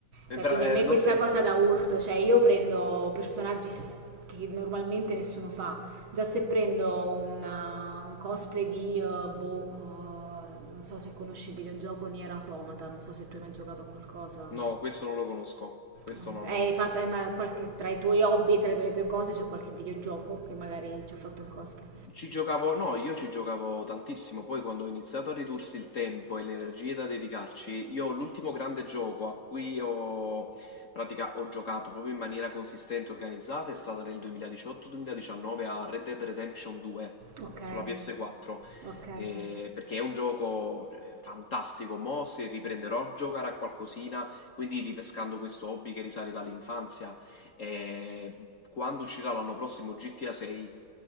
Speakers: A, on the left (about 45°); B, on the right (about 65°).
A: E
B: Cioè,
A: bra-
B: quindi a
A: eh,
B: me
A: non
B: questa
A: se...
B: cosa da urto,
A: <laughs>
B: cioè io prendo personaggi s- che normalmente nessuno fa. Già se prendo una- un cosplay di eh, boh, eh, non so se conosci il videogioco Nier Automata, non so se tu hai mai giocato a qualcosa.
A: No, questo non lo conosco, questo
B: Mm,
A: no, no,
B: Hai
A: no.
B: fatto, hai mai- qualche, tra i tuoi hobby, tra le tue cose c'è qualche videogioco che magari ci ho fatto il cosplay.
A: Ci giocavo no, io ci giocavo tantissimo, poi quando ho iniziato a ridursi il tempo e le energie da dedicarci, io l'ultimo grande gioco a cui ho, in pratica, ho giocato proprio in maniera consistente e organizzata è stata nel 2018-2019 a Red Dead Redemption 2
B: Ok.
A: sulla PS4,
B: Ok.
A: eh, perché è un gioco eh, fantastico, mo se riprenderò a giocare a qualcosina, quindi ripescando questo hobby che risale dall'infanzia e quando uscirà l'anno prossimo GTA 6,